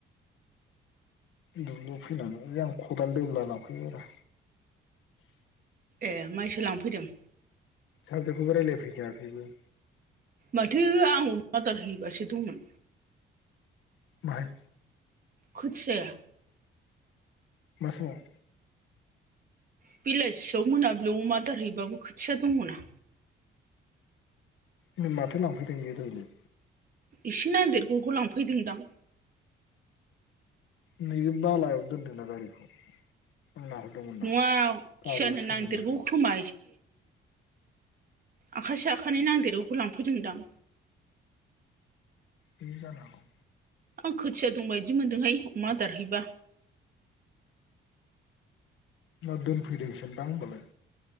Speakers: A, on the left; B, on the right.
A: दुब्लिुयाव फैनानै आं खदाल दोब्ला लांफैबाय रा
B: ए माइसो लांफैदों?
A: सानजोफुआवबो रायलायफैखायाखैबो
B: माथो आं अमा आदार हैबासो दंमोन
A: बाहाय।
B: खोथिआया
A: मा समाव।
B: बेलासियाव मोनाब्लियाव अमा दारहैबाबो खोथिया दङ ना।
A: ओमबा माथो लांफैदों बियो दहायलाय।
B: एसे नांदेरगखौ लांफैदोंदां।
A: नैबे बालायाव दोनदोंना गारिखौ आं नाहरदोमोनना
B: नङा
A: गारिया
B: खिजानो
A: सोरनि
B: नांदेरगौ
A: माय नामा‌
B: खोमा आखायसे आखायानैै नांदिगौखौ लांफैदोंदां
A: बिदिनो जानो हागौ।
B: आं खोथिया दं बादि मोनदोंहाय अमा आदारहैबा।
A: ना दोनफैदोंसोनदां होमबालाय